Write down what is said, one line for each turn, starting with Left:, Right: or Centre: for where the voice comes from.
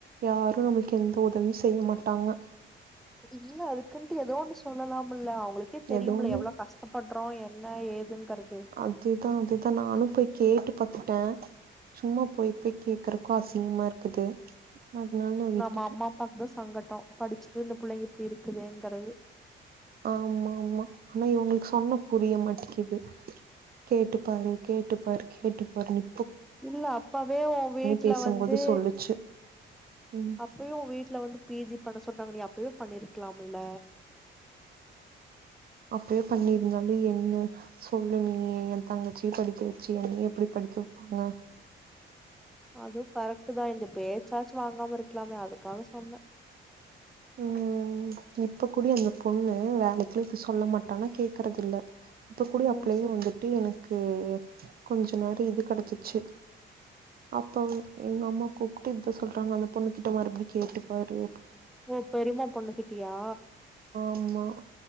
Right: யாரும் நம்மளுக்கு எந்த உதவியும் செய்ய மாட்டாங்க
Centre: இல்ல அதுக்குன்ட்டு ஏதோ ஒன்னு சொல்லலாமல்ல உங்களுக்கே தெரியுமுல
Right: எதோ ஒன்னு
Centre: எவ்வளவு கஷ்டப்படுறோம் என்ன ஏதுங்கிறது
Right: அதுதா அதுதா நானு போய் கேட்டு பாத்துட்டே சும்மா போயி போய் கேக்குறதுக்கும் அசிங்கமா இருக்குது அதனால நா விட்டுட்டே
Centre: நம்ம அம்மாஅப்பாக்கு தான் சங்கட்டம் படிச்சுட்டு இந்த புள்ளைங்க இப்டி இருக்கு இருங்கிறது <unintelligible>
Right: ஆமா ஆமா ஆனா இவங்களுக்கு சொன்னா புரிய மாட்டுங்கிது கேட்டு பாரு கேட்டு பாரு கேட்டு பாருன்னு
Centre: இல்ல அப்பவே ஒ வீட்டுல
Right: பேசும்போது
Centre: வந்து
Right: சொல்லுச்சு ம்
Centre: அப்பயும் ஒம் வீட்டு்ல வந்து பிஜி பண்ண சொன்னறாங்க நீ அப்பவே பண்ணிருக்கலாம்ல
Right: அப்படியே பண்ணியிருந்தாலும் என்ன சொல்லு நீ என் தங்கச்சிய படிக்க வச்சு என் எப்படி படிக்க வைப்ப
Centre: அதுவும் கரெக்ட் தான் இந்த பேச்ச சார்ஜ் வாங்காம இருக்கலாமே ஆகும் அத சொல்லே
Right: ம் இப்ப கூடி அந்த பொண்ணு வேலைக்கு சொல்ல மாட்டானா கேக்குறது இல்ல இப்ப கூடி
Centre: ஓ
Right: அப்பள்ளயே
Centre: சரி
Right: வந்துட்டு எனக்கு கொஞ்ச நேரம் இது கிடைச்சிருச்சு அப்ப எங்க அம்மா கூப்பிட்டு இத சொல்றாங்க அந்த பொண்ணு கிட்ட மறுபடி கேட்டு பாரு
Centre: ஓ பெரிம்மா பொண்ணுகிட்டியா
Right: ஆமா